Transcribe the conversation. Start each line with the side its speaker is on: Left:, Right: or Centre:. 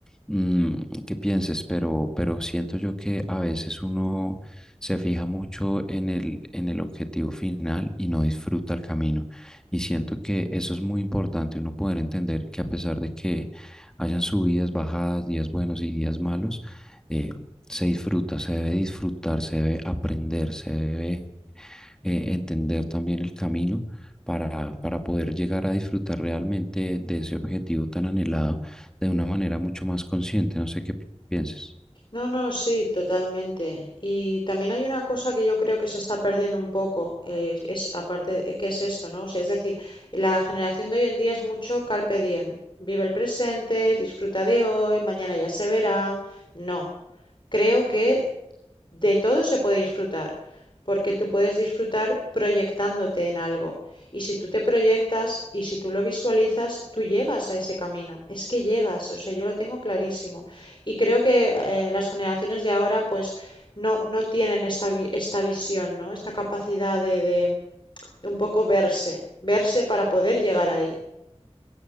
Centre: mm, qué pienses, pero, pero siento yo que a veces uno se fija mucho en el, en el objetivo final y no disfruta el camino. Y siento que eso es muy importante, uno poder entender que a pesar de que hayan subidas, bajadas, días buenos y días malos, eh, se disfruta, se debe disfrutar, se debe aprender, se debe eh, entender también el camino para, para poder llegar a disfrutar realmente de ese objetivo tan anhelado de una manera mucho más consciente. No sé qué pi- pienses.
Left: No, no, sí, totalmente. Y también hay una cosa que yo creo que se está perdiendo un poco, eh, es aparte, eh, ¿qué es esto, no? O sea, es decir, la generación de hoy en día es mucho carpe diem. Vive el presente, disfruta de hoy, mañana ya se verá. No. creo que de todo se puede disfrutar, porque tú puedes disfrutar proyectándote en algo. Y si tú te proyectas y si tú lo visualizas, tú llegas a ese camino. Es que llegas, o sea, yo lo tengo clarísimo. Y creo que eh, las generaciones de ahora, pues, no, no tienen esta, vi- esta visión, ¿no? Esta capacidad de, de- de un poco verse, verse para poder llegar ahí.